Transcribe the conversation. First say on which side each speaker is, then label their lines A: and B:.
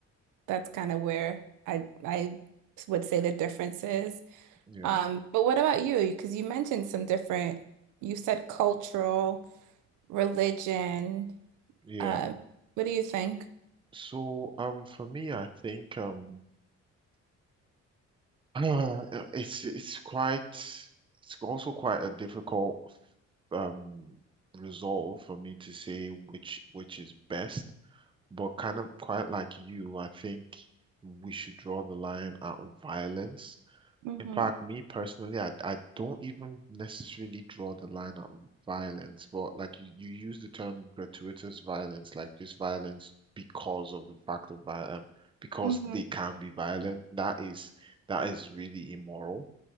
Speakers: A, on the right; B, on the right.
A: that's kind of where I I would say the difference is.
B: yeah,
A: Um, but what about you? Because you mentioned some different, you said cultural, religion.
B: yeah.
A: Um, what do you think?
B: So, um, for me, I think um, <sighs> <clears throat> it's it's quite it's also quite a difficult um resolve for me to say which which is best, but kind of quite like you, I think we should draw the line at violence
A: hmm
B: In fact, me personally, I, I don't even necessarily draw the line at violence, but like you, you use the term gratuitous violence, like just violence because of the fact of violence, um, because
A: hmm
B: they can be violent. That is that is really immoral.